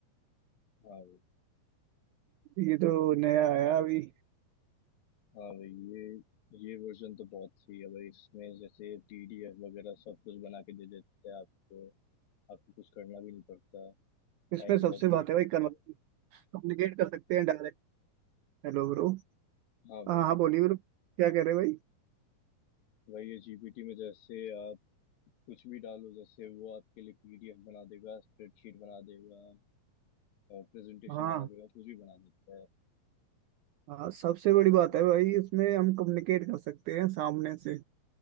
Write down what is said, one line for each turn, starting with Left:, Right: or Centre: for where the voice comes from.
Left: हाँ भाई
Right: ये तो नया आया अभी
Left: हाँ भाई ये ये वर्जन तो बहुत सही है भाई इसमें जैसे पीडीएफ वगैरह सब कुछ बना के दे देते हैं आपको आपको कुछ करना भी नहीं पड़ता
Right: इसमें
Left: टाइम
Right: सबसे
Left: बहुत
Right: बात
Left: सेव
Right: है भाई
Left: करता
Right: कम्युनिकेट
Left: है
Right: कर सकते हैं डायरेक्ट Hello bro
Left: हाँ भाई
Right: हाँ हाँ बोलिए ब्रो क्या कह रहे हैं भाई
Left: भाई ये जीपीटी में जैसे आप कुछ भी डालो जैसे वो आपके लिए पीडीएफ बना देगा स्प्रेडशीट बना देगा प्रेजेंटेशन
Right: हाँ
Left: बना देगा कुछ भी बना देता है
Right: हाँ सबसे बड़ी बात
Left: ये
Right: है भाई इसमें हम कम्युनिकेट कर सकते हैं सामने से